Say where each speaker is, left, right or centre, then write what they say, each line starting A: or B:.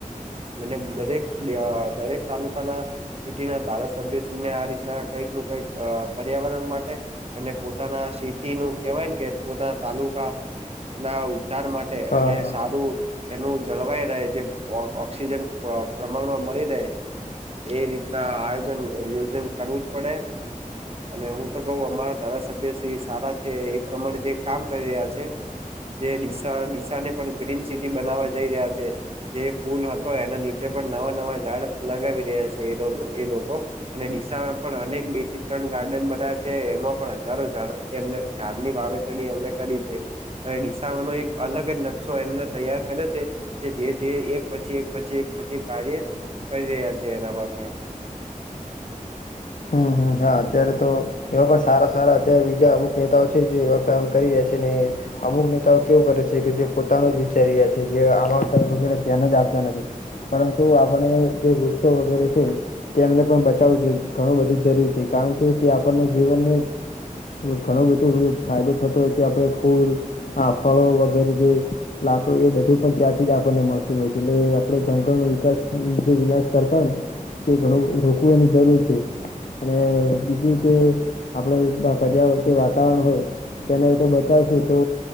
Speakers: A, on the right (about 45°); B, on the left (about 75°).
A: મને દરેક અહ દરેક તાલુકાના સિટી ના ધારાસભ્યશ્રીને આ રીતના કંઈક નું કઈક અહ પર્યાવરણ માટે અને પોતાના સિટી નું કેવાય કે પોતાના તાલુકા ના ઉધાર માટે
B: હા
A: અને
B: હા
A: સારું એનું જળવાઈ રહે જે ઓ ઓક્સિજન પ પ્રમાણમાં મળી રહે એ રીતના આયોજન યોજન કરવું પડે. અને હું તો કઉું અમારા ધારાસભ્ય શ્રી સારા છે એ પ્રમાણે જે કામ કરી રહ્યા છે જે ડીશા ડીશા ને પણ ગ્રીન સિટી બનાવવા જઈ રહ્યા છે. જે ફૂલ હતો એના નીચે પણ નવા નવા ઝાડ લગાવી રહ્યા છે એ લો એ લોકો. અને ડીસામાં પણ અનેક બે થી ત્રણ ગાર્ડન બનાયા છે, એમાં પણ હજારો ઝાડ એમને ઝાડની વાવેતર ને એમને કરી છે. અને ડીસાવાનો એક અલગ જ નકશો એમને તૈયાર કર્યો છે જે ધીરે ધીરે એક પછી એક પછી એક પછી કાર્ય કરી રહ્યા છે, એના પાછળ.
B: હમ્મ હા અત્યારે તો એવા પણ સારા સારા અત્યારે બીજા અમુક નેતાઓ છે, જેવા કામ કરી રહ્યા છે ને અમુક નેતાઓ કેવું કરે છે, કે જે પોતાનું જ વિચારી રહ્યા છે, જે આમાં વગેરે ધ્યાન જ આપતા નથી. પરંતુ આપણે જે વૃક્ષો વગેરે છે, તે એમને પણ બચાવું જોઈ ઘણું બધુંજ જરૂર છે, કારણ કે તે આપણને જીવનને ઘણું બધું ફાયદો થતો હોય છે, આપડે ફૂલ આ ફળો વગેરેજે લાકડું એ બધું પણ ત્યાંથી જ આપણને મળતું હોય છે, એટલે આપણે જંગલનો વિકાસ જે વિનાશ કરતા હોયને તે ઘણું રોકવું એની જરૂર છે, અને બીજું કે આપણે જ્યાં જે વાતાવરણ હોય તેને તો બતાવશું તો